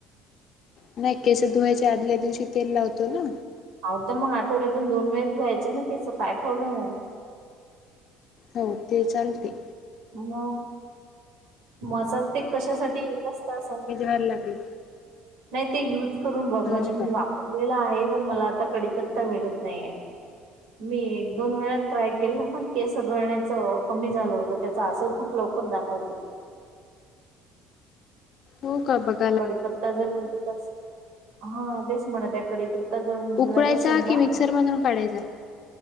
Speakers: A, on the left; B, on the right.
A: नाही. केस धुवायच्या, आदल्या दिवशी तेल लावतो ना.
B: आव त मग, आठवड्यातून दोन वेळेस धुवायच ना केस. काय प्रॉब्लेमय?
A: हो, ते चालते.
B: मग. मसाज ते कशासाठी? एकाच तासाच.
A: जायला लागले.
B: नाही ते युज करून बघ.
A: हो
B: म्हणजे मी
A: का
B: वापरलेला आहे. पण मला आता कडीपत्ता भेटत नाहीये. मी एक - दोन वेळा ट्राय केलं पण. केस सगळण्याच कमी झालं होत. त्याचा आसर खूप लवकर दाखवतय.
A: हो, का? बग
B: कडीपत्ता जर भेटत असेल. हा, तेच म्हणतय, कडीपत्त त्ता जर मिळत
A: उकळायचा
B: असेल ना.
A: कि मिक्सर मधून काढायचा.